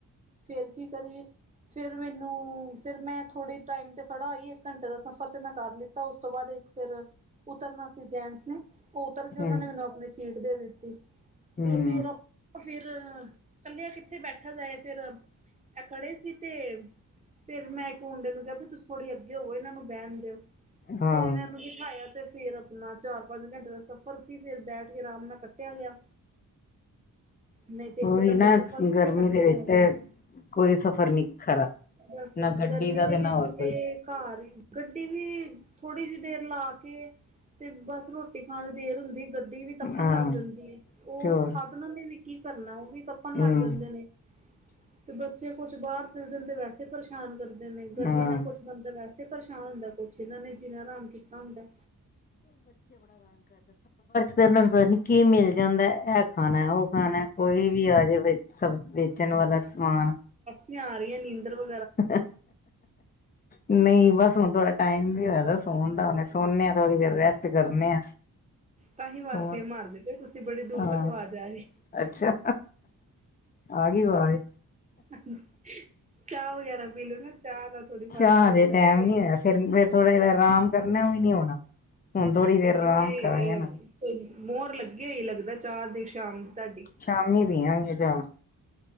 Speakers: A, on the right; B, on the left.
A: ਫੇਰ ਕੀ ਕਰੀਏ। ਫੇਰ ਮੈਨੂੰ ਫੇਰ ਮੈਂ ਥੋੜੇ ਟਾਈਮ ਤੇ ਖੜਾ ਆਈ ਇੱਕ ਘੰਟੇ ਦਾ ਸਫ਼ਰ ਤੇ ਮੈਂ ਕਰ ਲਿੱਤਾ ਉਸ ਤੋਂ ਬਾਅਦ ਫੇਰ ਉਤਰਨਾ ਸੀ ਜੈਂਟਸ ਨੇ ਉਤਰ ਕੇ ਉਹਨਾਂ
B: ਹੂੰ
A: ਨੇ ਮੈਨੂੰ ਆਪਣੀ ਸੀਟ ਦੇ ਦਿੱਤੀ
B: ਹੂੰ
A: ਤੇ ਫੇਰ ਫਿਰ ਕੱਲਿਆ ਕਿੱਥੇ ਬੈਠਾ ਜਾਏ ਫਿਰ ਇਹ ਖੜੇ ਸੀ ਤੇ ਫਿਰ ਮੈਂ ਇੱਕ ਮੁੰਡੇ ਨੂੰ ਕਿਹਾ ਵੀ ਤੁਸੀ ਥੋੜ੍ਹੀ ਅੱਗੇ ਹੋਵੋ ਇਹਨਾਂ ਨੂੰ ਬਹਿਣ ਦਿਓ।
B: ਹਾਂ
A: ਫੇਰ ਇਹਨਾ ਨੂੰ ਬਠਾਇਆ ਤੇ ਫੇਰ ਆਪਣਾ ਚਾਰ ਪੰਜ ਘੰਟੇ ਦਾ ਸਫ਼ਰ ਫਿਰ ਬੈਠ ਕੇ ਆਰਾਮ ਨਾਲ ਕੱਟਿਆ ਗਿਆ। ਨਹੀਂ ਤੇ ਏਡੇ
B: ਉਹੀ
A: ਲੰਬੇ
B: ਨਾ
A: ਸਫ਼ਰ ਕਿੱਥੇ
B: ਗਰਮੀ
A: ਕੱਟੇ
B: ਦੇ
A: ਜਾਂਦੇ
B: ਵਿੱਚ ਤੇ
A: ਨੇ।
B: ਕੋਈ ਸਫ਼ਰ ਨੀ ਖਰਾ
A: ਬਸ-ਬਸ
B: ਨਾ ਗੱਡੀ
A: ਗਰਮੀ
B: ਦਾ
A: ਦੇ
B: ਨਾ
A: ਵਿੱਚ
B: ਹੋਰ
A: ਤੇ
B: ਕੋਈ
A: ਘਰ ਹੀ ਗੱਡੀ ਵੀ ਥੋੜ੍ਹੀ ਜਿਹੀ ਦੇਰ ਲਾ ਕੇ ਤੇ ਬਸ ਰੋਟੀ ਖਾਣ ਦੇਰ ਹੁੰਦੀ ਗੱਡੀ ਵੀ ਤੱਪਣ
B: ਹਾਂ
A: ਲੱਗ ਜਾਂਦੀ ਹੈ ਉਹ
B: ਤੇ ਹੋਰ
A: ਸਾਧਨਾਂ ਨੇ ਵੀ ਕੀ ਕਰਨਾ ਉਹ ਵੀ ਤੱਪਣ ਲੱਗ
B: ਹੂੰ
A: ਜਾਂਦੇ ਨੇ। ਤੇ ਬੱਚੇ ਕੁਛ ਬਾਹਰ ਚਲ ਜਾਣ ਤੇ ਵੈਸੇ ਪਰੇਸ਼ਾਨ ਕਰਦੇ ਨੇ ਗਰਮੀ
B: ਹਾਂ
A: ਨਾਲ ਕੁਛ ਬੰਦਾ ਵੈਸੇ ਪਰੇਸ਼ਾਨ ਹੁੰਦਾ ਕੁਛ ਇਹਨਾਂ ਨੇ ਜਿਨਾ ਆਰਾਮ ਕੀਤਾ ਹੁੰਦਾ।
B: ਤੇਰੇ ਨਾਲ ਪਤਾ ਨੀ ਕੀ ਮਿਲ ਜਾਂਦਾ ਇਹ ਖਾਣਾ ਉਹ ਖਾਣਾ ਕੋਈ ਵੀ ਆ ਜਾਵੇ ਸਬ ਵੇਚਣ ਵਾਲਾ ਸਮਾਨ
A: ਤੇ ਆ ਰਹੀਆਂ ਨੀਂਦਰ ਵ
B: <inaudible> ਨਹੀਂ ਬਸ ਹੁਣ ਥੋੜਾ ਟਾਈਮ ਵੀ ਹੋਇਆਦਾ ਸਕੂ ਸੋਣਦਾ ਹੁਣੇ ਸੋਨੇ ਥੜ੍ਹੀ ਦੇਰ ਰੈਸਟ ਕਰਨੇ ਆ।
A: ਤਾਂ ਹੀ ਵਾਸੀਆਂ
B: ਹੋਰ
A: ਮਾਰਦੇ ਪਏ ਤੁਸੀਂ ਬੜੀ ਦੂਰ
B: ਹਾਂ
A: ਤੱਕ ਆਵਾਜ਼ ਆ ਰਹੀ।
B: ਅੱਛਾ ਆ ਗਈ ਵਾਜ
A: ਹਾਂਜੀ ਚਾਹ ਵਗੈਰਾ ਪੀ ਲੋ ਨਾ ਚਾਹ ਨਾਲ ਥੋੜੀ
B: ਅੱਛਾ
A: ਵਸੀਆਂ
B: ਹਜੇ
A: ਵਗੈਰਾ
B: ਟੈਮ
A: ਸਹੀ
B: ਨੀ ਹੋਇਆ ਫਿਰ ਫਿਰ ਥੋੜਾ ਜਿੜਾ ਆਰਾਮ ਕਰਨਾ ਉਹ ਵੀ ਨਹੀਂ ਹੋਣਾ। ਹੁਣ ਥੋੜ੍ਹੀ
A: ਅੱਛਾ
B: ਦੇਰ
A: ਜੀ
B: ਆਰਾਮ
A: ਉਹੀ
B: ਕਰਾਂਗੇ
A: ਅਹ
B: ਨਾ
A: ਮੋਹਰ ਲੱਗੇ ਹੋਈ ਲੱਗਦਾ ਚਾਹ ਦੀ ਸ਼ਾਮ ਤੁਹਾਡੀ
B: ਸ਼ਾਮੀ ਪੀਆਂਗੇ ਚਾਹ